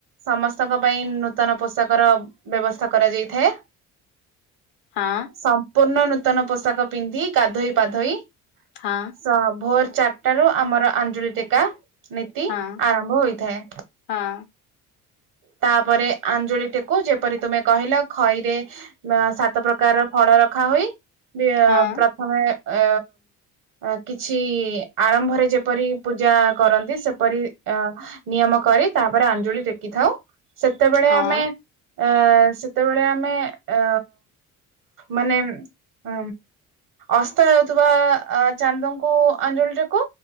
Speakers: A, on the right; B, on the left.
A: ସମସ୍ତଙ୍କ ପାଇଁ ନୂତନ ପୋଷାକର ବ୍ୟବସ୍ଥା କରାଯାଇଥାଏ।
B: ହଁ
A: ସମ୍ପୂର୍ଣ୍ଣ ନୂତନ ପୋଷାକ ପିନ୍ଧି ଗାଧୋଇ ପାାଧୋଇ
B: ହଁ
A: ସ ଭୋର ଚାରଟା ରୁ ଆମର ଆଞ୍ଜଳି ଟେକା। ନୀତି
B: ହଁ
A: ଆରମ୍ଭ ହୋଇଥାଏ।
B: ହଁ
A: ତାପରେ ଆଞ୍ଜୁଳି ଟେକୁ ଯେପରି ତୁମେ କହିଲ ଖଇରେ ସାତ ପ୍ରକାର ଫଳ। ରଖା ହ ବି
B: ହଁ
A: ପ୍ରଥମେ ଅ ଅ କିଛି ଆରମ୍ଭରେ ଯେପରି ପୂଜା କରନ୍ତି ସେପରି ଅ ନିୟମ କରି ତାପରେ ଆଞ୍ଜୁଳି ଟେକି ଥାଉ ସେତେବେଳେ
B: ହଁ
A: ଆମେ ଆ ସେତେବେଳେ ଆମେ ଅ ମାନେ ଅ ଅସ୍ତ ହେଉଥିବା ଅ ଚାନ୍ଦଙ୍କୁ ଅଞ୍ଜଳିଟାକୁ।